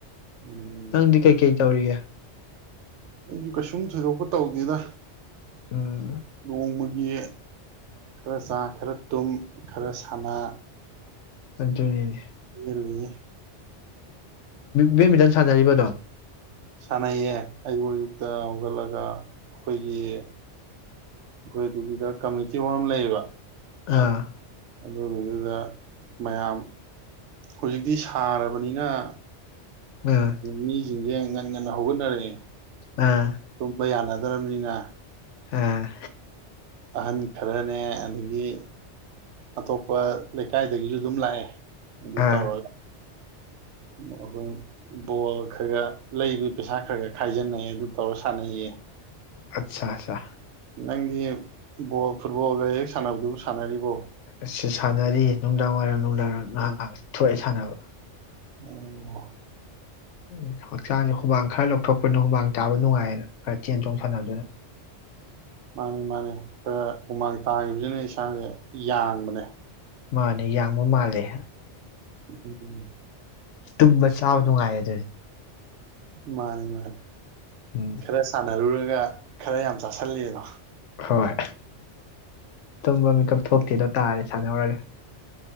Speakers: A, on the right (about 80°); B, on the left (about 80°).
A: ꯎꯝ
B: ꯅꯪꯗꯤ ꯀꯩ ꯀꯩ ꯇꯧꯔꯤꯒꯦ
A: ꯑꯩꯁꯨ ꯀꯩꯁꯨꯝ ꯊꯣꯏꯗꯣꯛꯄ ꯇꯧꯗꯦꯗ
B: ꯎꯝ
A: ꯅꯣꯡꯃꯒꯤ ꯈꯔ ꯆꯥ ꯈꯔ ꯇꯨꯝ ꯈꯔ ꯁꯥꯟꯅ
B: ꯇꯟꯖꯨꯅꯤꯅꯤ
A: <inaudible>
B: ꯕꯦꯠꯃꯤꯟꯇꯟ ꯁꯥꯟꯅꯔꯤꯕꯗꯣ
A: ꯁꯥꯟꯅꯩꯌꯦ ꯑꯌꯨꯛ ꯑꯌꯨꯛꯇ ꯍꯧꯒꯠꯂꯒ ꯑꯩꯈꯣꯏꯒꯤ ꯑꯩꯈꯣꯏ ꯑꯗꯨꯒꯤꯗ ꯀꯝꯃꯨꯅꯤꯇꯤ ꯍꯣꯜ ꯑꯃ ꯂꯩꯌꯦꯕ
B: ꯑꯥ
A: ꯑꯗꯨꯗꯨꯗ ꯃꯌꯥꯝ ꯍꯧꯖꯤꯛꯇꯤ ꯁꯥꯔꯕꯅꯤꯅ ꯑ
B: ꯑꯥ
A: ꯃꯤ ꯁꯤꯡꯁꯦ ꯉꯟꯅ ꯉꯟꯅ ꯍꯧꯒꯠꯅꯔꯛꯑꯦ
B: ꯎꯝ
A: ꯇꯨꯝꯕ ꯌꯥꯅꯗ꯭ꯔꯕꯅꯤꯅ
B: ꯑꯥ
A: ꯑꯍꯟ ꯈꯔꯅꯦ ꯑꯗꯒꯤ ꯑꯇꯣꯞꯄ ꯂꯩꯀꯥꯏꯗꯒꯤꯁꯨ ꯑꯗꯨꯝ ꯂꯥꯛꯑꯦ ꯑꯗꯨ
B: ꯑꯥ
A: ꯇꯔ ꯑꯩꯈꯣꯏ ꯕꯣꯜ ꯈꯔꯒ ꯂꯩꯕ ꯄꯩꯁꯥ ꯈꯔ ꯈ ꯈꯥꯏꯖꯤꯟꯅꯩꯌꯦ ꯑꯗꯨ ꯇꯧꯔ ꯁꯥꯟꯅꯩꯌꯦ
B: ꯑꯠꯆꯥ ꯑꯠꯆꯥ
A: ꯅꯪꯗꯤ ꯕꯣ ꯐꯨꯠꯕꯣꯜꯒ ꯍꯦꯛ ꯁꯥꯟꯅꯕꯗꯨꯕꯨ ꯁꯥꯟꯅꯔꯤꯕꯣ
B: ꯑꯁꯤ ꯁꯥꯟꯅꯔꯤ ꯅꯨꯡꯗꯥꯡ ꯋꯥꯏꯔꯝ ꯅꯨꯡꯗꯥꯡ ꯋꯥꯏꯔꯝ ꯉꯥꯏꯍꯥꯛ ꯉꯥꯏꯍꯥꯛ ꯊꯣꯛꯑꯦ ꯁꯥꯟꯅꯕ
A: ꯑꯣꯝ
B: ꯎ ꯍꯛꯆꯥꯡꯁꯦ ꯍꯨꯃꯥꯡ ꯈꯔ ꯂꯧꯊꯣꯛꯄꯅ ꯍꯨꯃꯥꯡ ꯇꯥꯕ ꯅꯨꯡꯉꯥꯏꯌꯦꯅ ꯈꯔ ꯆꯦꯟ ꯆꯣꯡ ꯁꯥꯟꯅꯕꯗꯨꯅ
A: ꯃꯥꯅꯤ ꯃꯥꯅꯤ ꯈꯔ ꯍꯨꯃꯥꯡ ꯇꯥꯈꯤꯕꯁꯤꯅ ꯏꯁꯥꯁꯦ ꯌꯥꯡꯕꯅꯦ
B: ꯃꯥꯅꯦ ꯌꯥꯡꯕ ꯃꯥꯜꯂꯦ
A: ꯎꯝ
B: ꯇꯨꯝꯕ ꯆꯥꯕ ꯅꯨꯡꯉꯥꯏꯌꯦ ꯑꯗꯨꯗꯤ
A: ꯃꯥꯅꯦ ꯃꯥꯅꯦ
B: ꯎꯝ
A: ꯈꯔꯦ ꯁꯥꯙꯔꯨ ꯒ ꯈꯔ ꯌꯥꯝ ꯆꯥꯁꯜꯂꯤꯦꯗꯣ
B: ꯍꯣꯏ ꯇꯨꯝꯕ ꯃꯤꯀꯞ ꯊꯣꯛꯇꯦꯗꯣ ꯇꯥꯔꯗꯤꯦ ꯁꯥꯟꯅꯧꯔꯒꯦ